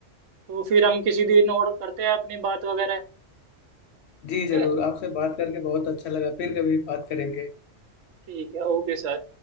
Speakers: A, on the right; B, on the left.
A: तो फिर हम किसी दिन और करते हैं अपनी बात वगैरह
B: जी
A: ठीक
B: जरूर
A: है
B: आपसे बात करके बहुत अच्छा लगा फिर कभी बात करेंगे
A: ठीक है ओके सर